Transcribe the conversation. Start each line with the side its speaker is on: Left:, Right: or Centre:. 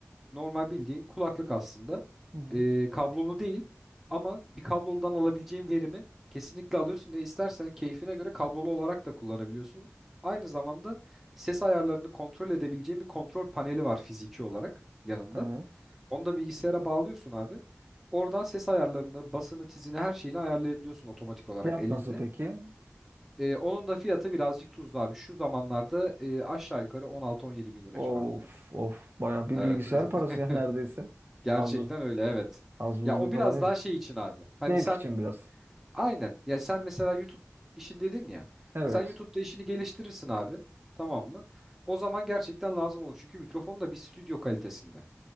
Centre: Normal bildiğin kulaklık aslında.
Right: Hı hı.
Centre: Ee, kablolu değil ama bir kabloludan alabileceğin verimi kesinlikle alıyorsun ve istersen keyfine göre kablolu olarak da kullanabiliyorsun. Aynı zamanda ses ayarlarını kontrol edebileceğin bir kontrol paneli var fiziki olarak yanında.
Right: Evet.
Centre: Onu da bilgisayara bağlıyorsun abi. Oradan ses ayarlarını, basını, tizini her şeyini ayarlayabiliyorsun otomatik olarak
Right: Fiyat
Centre: elinde.
Right: nasıl peki?
Centre: Ee, onun da fiyatı birazcık tuzlu abi. Şu zamanlarda e, aşağı yukarı 16-17 bin lira
Right: Of
Centre: civarında.
Right: of bayağı bir
Centre: Evet.
Right: bilgisayar
Centre: <laughs>
Right: parası ya <laughs> neredeyse.
Centre: Gerçekten
Right: Az buz,
Centre: öyle evet.
Right: az buz
Centre: Ya o
Right: bir para
Centre: biraz
Right: değil.
Centre: daha şey için abi. Hani
Right: Zevk
Centre: sen
Right: için biraz.
Centre: aynen. Ya sen mesela YouTube işin dedin ya.
Right: Evet.
Centre: Sen YouTube'da işini geliştirirsin abi. Tamam mı? O zaman gerçekten lazım olur. Çünkü mikrofon da bir stüdyo kalitesinde.